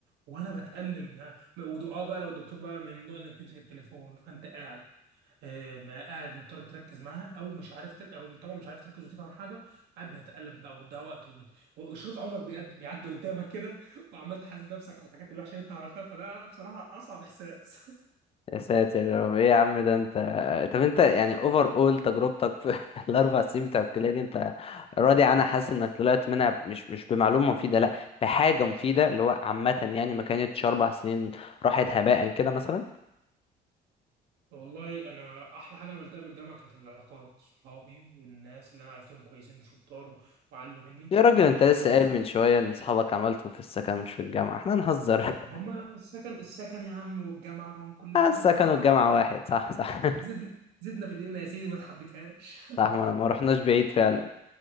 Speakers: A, on the right; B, on the left.
A: وانا بتألم ها، م- ودو- اه بقى لو الدكتور بقى ممنوع انك تمسك التليفون فانت قاعد آه، ما قاعد مضطر تركز معاها او مش عارف تر... او طبعا مش عارف تركز وتفهم حاجه قاعد بتتألم بقى وتضيع وقت وبت... وشريط عمرك بيقد... بيعدي قدامك كده وعمال تحاسب نفسك على الحاجات الوحشه اللي انت عملتها فده بصراحه اصعب احساس
B: يا ساتر يا رب ايه يا عم ده انت طب انت يعني اوفر اول تجربتك في <laughs> في الاربع سنين بتوع الكليه دي انت راضي عنها حاسس انك طلعت منها مش مش بمعلومه مفيده لا بحاجه مفيده اللي هو عامه يعني ما كانتش اربع سنين راحت هباء كده مثلا
A: والله انا احلى حاجه عملتها في الجامعه كانت العلاقات صحابي والناس اللي انا عرفتهم كويسين وشطار و- وعلوا مني
B: يا راجل
A: و-
B: انت
A: وفادوني
B: لسه قايل من شويه ان اصحابك عملتهم في السكن مش في الجامعه احنا نهزر <laughs>
A: هما السكن السكن يا عم والجامعه ما هم كلنا
B: آه، السكن
A: تبع بعض
B: والجامعه
A: يعني
B: واحد صح صح <laughs>
A: زدنا زدنا في دقيقنا يا سيدي ما تحبكهاش
B: صح ما ما رحناش بعيد فعلا